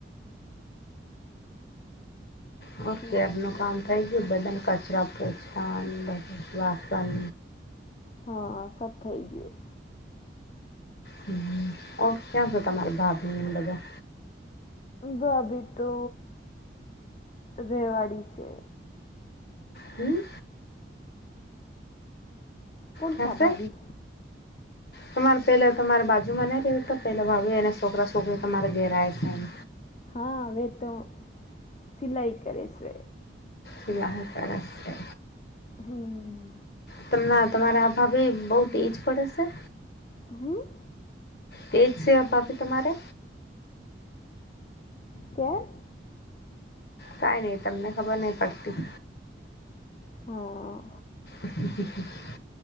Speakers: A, on the left; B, on the left.
A: હા
B: ઠીક
A: ક્યાર
B: છે
A: નું કામ થઈ ગયું બધા ના કચરા પોછા ને બધું વાસન
B: હા, સબ થઈ ગયું.
A: હમ્મ હમ્મ ઓર ક્યાં છે તમારે ભાભી ને એ બધા?
B: ભાભી તો રેવાડી છે.
A: હમ્મ?
B: કોણ
A: ખા
B: સા
A: સે?
B: ભાભી
A: તમાર પહેલાં તમારે બાજુમાં નહી રહે્યો તો પહેલા ભાભી એને છોકરાં છોકરી તમારે ઘેર આએ છે એમ.
B: હા વે તો સિલાઈ કરે છે.
A: સિવા કરે સે.
B: હમ્મ.
A: તમને તમારા આ ભાભી બહુ તેજ પડે છે?
B: હમ્મ?
A: તેજ છે અ ભાભી તમારે
B: કેમ
A: કાઈ નહી તમને ખબર નહી પડતી
B: હા
A: <inaudible>